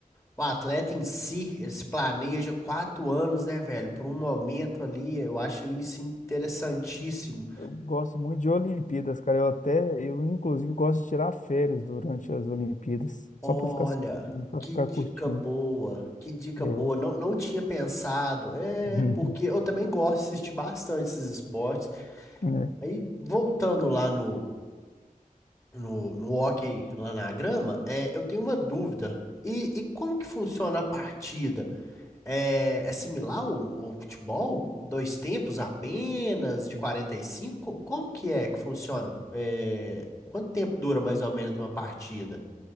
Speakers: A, on the left; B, on the left.
A: o atleta em si, ele se planeja quatro anos, né, velho, por um momento ali, eu acho isso interessantíssimo.
B: Eu gosto muito de Olimpíadas, cara. Eu até, eu inclusive gosto de tirar férias durante as Olimpíadas,
A: Olha,
B: só para ficar assistindo, para
A: que
B: ficar
A: dica
B: curtindo.
A: boa, que dica
B: É.
A: boa. Não, não tinha pensado. É,
B: Uhum.
A: porque eu também gosto de assistir bastante esses esportes.
B: É.
A: Aí, voltando lá no, no, no hóquei, lá na grama, é, eu tenho uma dúvida. E, e como que funciona a partida? É, é similar ao, ao futebol? Dois tempos apenas, de 45? Co- Como que é que funciona? É, quanto tempo dura mais ou menos uma partida?